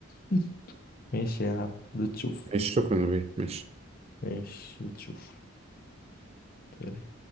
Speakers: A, on the left; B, on the right.
A: <laughs> ماشي يا عم بتشوف
B: ماشي شكرا يا بيه ماشي
A: ماشي بتشوف طيب.